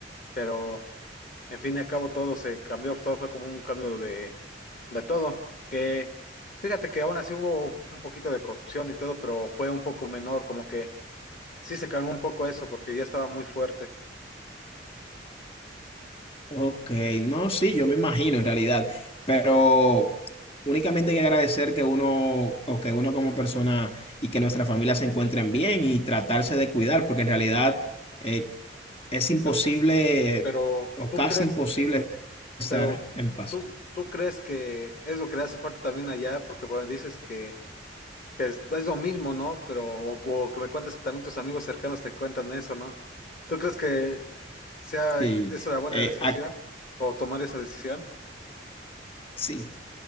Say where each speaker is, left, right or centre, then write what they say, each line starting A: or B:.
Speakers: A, on the left; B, on the left.
A: pero... En fin y al cabo todo se cambió, todo fue como un cambio de, de todo. Que fíjate que aún así hubo un poquito de corrupción y todo, pero fue un poco menor, como que sí se calmó un poco eso, porque ya estaba muy fuerte.
B: Ok, no, sí, yo me imagino en realidad, pero únicamente hay que agradecer que uno o que uno como persona y que nuestra familia se encuentren bien y tratarse de cuidar, porque en realidad eh, es imposible
A: Pero, pero
B: o
A: tú
B: casi
A: crees,
B: imposible estar
A: pero
B: en paz.
A: tú, tú crees que es lo que le hace falta también allá, porque bueno, dices que, que es, es lo mismo, ¿no? Pero, o, o que me cuentes que también tus amigos cercanos te cuentan eso, ¿no? ¿Tú crees que sea
B: Sí,
A: esa la buena
B: eh,
A: decisión?
B: ac-
A: ¿O tomar esa decisión?
B: sí.